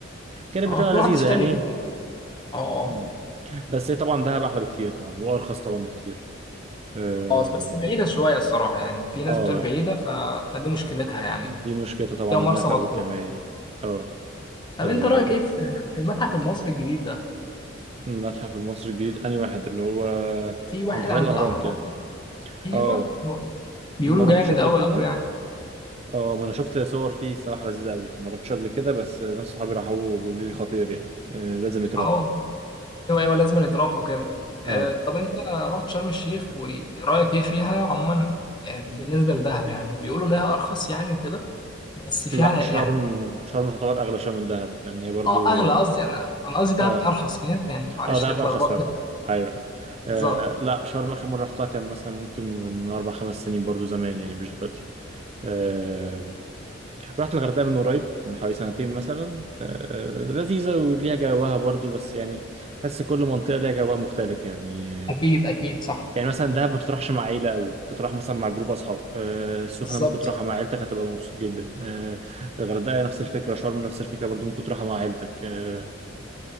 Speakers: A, on the right (about 30°); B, on the left (about 25°).
A: كانت
B: اه
A: بتبقى
B: كل
A: لذيذة
B: واحد يشتري
A: يعني
B: اه اه
A: مم. بس هي طبعا دهب أحلى بكتير طبعا وأرخص طبعا بكتير اه
B: اه بس بعيده شويه الصراحه يعني في ناس
A: آه،
B: بتقول بعيده ف... فدي مشكلتها يعني
A: دي مشكلتها طبعا
B: هي مرسى
A: النفق
B: مطروح
A: والكمائن اه
B: طب
A: آه،
B: انت رايك ايه في في المتحف المصري الجديد ده
A: المتحف المصري الجديد أنهي واحد اللي هو
B: في واحد
A: عند حدائق
B: عند
A: الأهرام
B: الاهرامات
A: كده
B: كده، ايوه
A: اه
B: بيقولوا
A: ما رحتش
B: جامد
A: قبل
B: قوي
A: كده
B: قوي يعني
A: اه ما انا شفت صور فيه الصراحه لذيذه قوي ما رحتش قبل كده بس ناس صحابي راحوا وبيقولوا لي خطير يعني آه لازم يتراح
B: اه والله ايوه ايوه لازم يطرحوا كده
A: اه
B: آه طب انت رحت شرم الشيخ ورايك ايه فيها عموما آه بالنسبه لدهب يعني بيقولوا لها ارخص يعني وكده بس فيها
A: لا
B: يعني
A: شرم شرم تعتبر اغلى شويه من دهب لان هي برضو
B: اه اغلى قصدي انا انا قصدي دهب
A: اه
B: ارخص فاهم يعني معلش
A: اه دهب
B: اتلخبطت
A: ارخص فعلا ايوه آه
B: بالظبط
A: لا شرم اخر مره رحتها كان مثلا ممكن من اربع خمس سنين برضو زمان يعني مش دلوقتي آه رحت الغردقه من قريب من حوالي سنتين مثلا آه لذيذه وليها جواها برضو بس يعني بس كل منطقه ليها جوها مختلف يعني
B: اكيد اكيد صح
A: يعني مثلا دهب ما تروحش مع عيلة قوي تروح مثلا مع جروب أصحاب آه، السخنة
B: بالظبط
A: ممكن تروحها مع عيلتك هتبقى مبسوط جدا آه، الغردقة نفس الفكرة شرم نفس الفكرة برضو ممكن تروحها مع عيلتك آه،